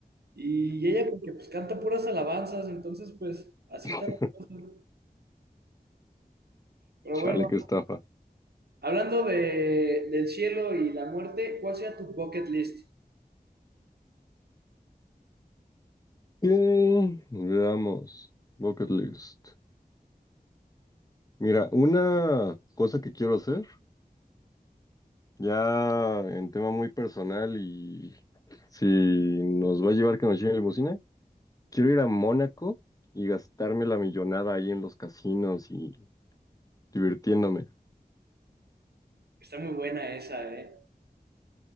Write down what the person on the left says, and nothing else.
<laughs>
Chale,
qué estafa.
Ok, veamos. Bucket list. Mira, una cosa que quiero hacer, ya en tema muy personal y si nos va a llevar que nos lleven limusina, quiero ir a Mónaco y gastarme la millonada ahí en los casinos y divirtiéndome.